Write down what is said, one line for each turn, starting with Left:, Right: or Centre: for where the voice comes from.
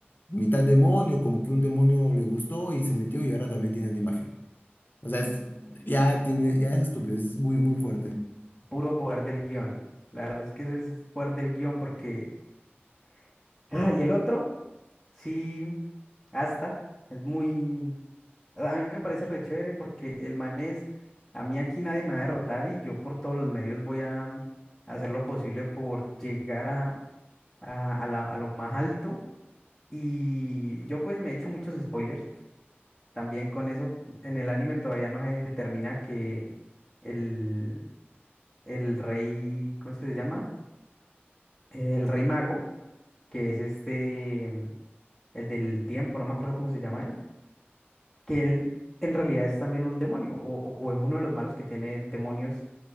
Left: mitad demonio, como que un demonio le gustó y se metió y ahora también tiene antimagia. O sea, es- ya tiene, ya es estúpido, es muy, muy fuerte.
Centre: puro poder del guión. La verdad es que eso es poder del guión porque... <sniffs> Ah, y el otro, sí, hasta, es muy... A mí me parece re chévere porque el man es... A mí aquí nadie me va a derrotar y yo por todos los medios voy a mm, hacer lo posible por llegar a, a la- a lo más alto. Y yo pues me he hecho muchos spoilers también con eso. En el anime todavía no se determina que el, el rey, ¿cómo es que se llama? El rey mago, que es este, mm, el del tiempo, no me acuerdo cómo se llama él, que él en realidad es también un demonio o, o- o es uno de los malos que tiene demonios